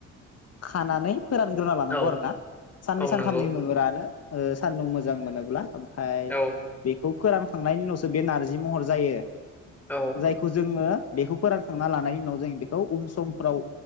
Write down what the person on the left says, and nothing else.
खानानै फोरानग्रोना लानांगौ
आरो ना साननै
सानथामनि
उनावनो रानो ओ सानदुं मोजां मोनोब्ला। ओमफ्राय
बेखौ फोरानखांनायनि उनावसो बे नारजि महर जायो।
जायखौ जोङो बेखौ फोरानखांना लानायनि उनाव जों बे खौ उन समफ्राव